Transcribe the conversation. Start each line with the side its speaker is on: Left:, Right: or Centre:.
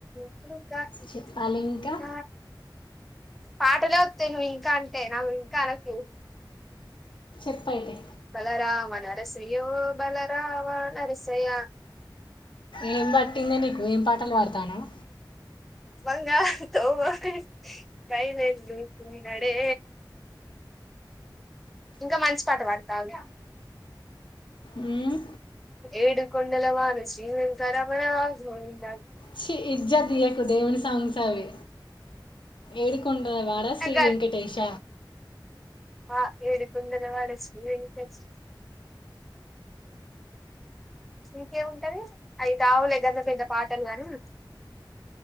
Centre: ఇంకింకా ఇక్క
Left: చెప్పాలి ఇంకా
Centre: ఇక్క పాటలే వత్తయి నువ్వు ఇంకా అంటే నవు ఇంకా అనకు
Left: చెప్పయితే
Centre: బలరామ నరసయ్యో బలరామ నరసయ
Left: ఏం పట్టింది నీకు ఏం పాటలు పాడతానవ్
Centre: బంగారుతో <unintelligible> డేస్తున్నాడే ఇంకా మంచి పాట పడతా ఆగు
Left: మ్మ్.
Centre: ఏడు కొండలవాడా శ్రీ వెంక రమణ గోవింద్
Left: చి ఇజ్జత్ తీయకు దేవుని సాంగ్స్ అవే ఏడుకొండ్ ఆ వాడ
Centre: నాకు
Left: శ్రీ
Centre: కాదు
Left: వెంకటేేశ
Centre: ఆ ఏడు కొండలవాడా శ్రీ వేంకటేశ ఇంకేం ఉంటది అయి కావులే గంత పెద్ద పాట్ పాటలు గానీ